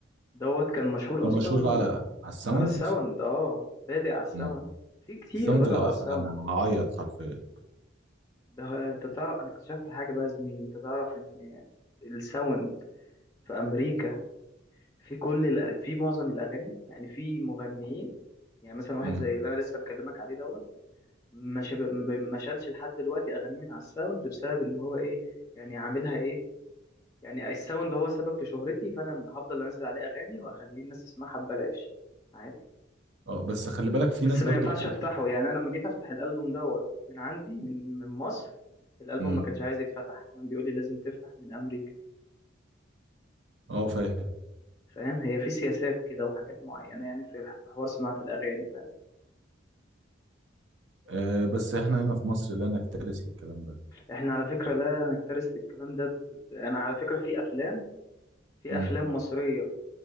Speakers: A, on the left; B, on the right.
A: دوت كان مشهور
B: كان
A: اصلا
B: مشهور على على الساوند
A: على الساوند اه بادئ على الساوند
B: امم
A: في كتير
B: الساوند
A: بدأوا
B: لو
A: على الساوند
B: قفل انا هعيط حرفيا
A: ده انت تعرف انا اكتشفت حاجه بقى يا زميلي انت تعرف ان الساوند في امريكا في كل الأ- في معظم الاغاني يعني في مغنيين يعني مثلا واحد
B: امم
A: زي اللي انا لسه مكلمك عليه دوت ما شب... ما شالش لحد دلوقتي اغانيه من على الساوند بسبب ان هو ايه يعني عاملها ايه يعني الساوند هو سبب في شهرتي فانا هفضل انزل عليه اغاني واخليه الناس تسمعها ببلاش عادي
B: اه بس خلي بالك في
A: بس
B: ناس
A: ما
B: برضو
A: ينفعش
B: بت
A: افتحه يعني انا لما جيت افتح الالبوم دوت من عندي من من مصر الالبوم
B: امم
A: ما كانش عايز يتفتح كان بيقول لي لازم تفتح من امريكا
B: اه فاهم
A: فاهم هي في سياسات كده وحاجات معينة يعني في في حوار صناعة الأغاني فاهم
B: آه بس احنا هنا في مصر لا نكترث للكلام ده
A: احنا على فكرة لا نكترث للكلام ده ب... ب- أنا على فكرة في أفلام في
B: امم
A: أفلام مصرية